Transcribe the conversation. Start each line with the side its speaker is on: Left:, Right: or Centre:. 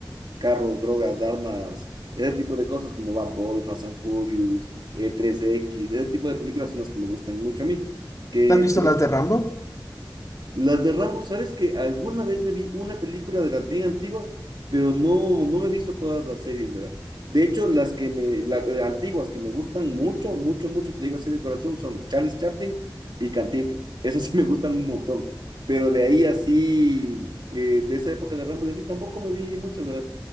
Right: carros, drogas, armas, ese tipo de cosas como Bad Boy, Fast and Furious, eh, 3X, ese tipo de películas son las que me gustan mucho a mí. Que,
Left: ¿Tú ¿Has visto
Right: pero
Left: las de Rambo?
Right: las de Rambo, ¿sabes que alguna vez me vi una película de las bien antiguas, pero no, no me he visto todas las series, ¿verdad? De hecho, las que me, la- eh, antiguas que me gustan mucho, mucho, mucho, te digo así de corazón, son Charles Chaplin y Cantinflas. Esas sí me gustan un montón. Pero de ahí así, eh, de esa época de Rambo, yo sí tampoco me vi muchas, ¿verdad?